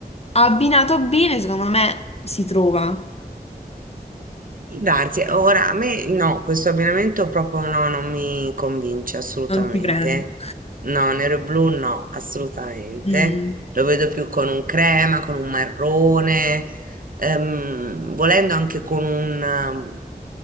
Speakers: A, on the left; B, on the right.
A: Abbinato bene, secondo me si trova,
B: Può Darsi, ora a me no, questo abbinamento proprio no, non mi convince assolutamente.
A: non ti prende.
B: No, nero e blu no, assolutamente.
A: Mm.
B: Lo vedo più con un crema, con un marrone, ehm, volendo anche con un, ehm,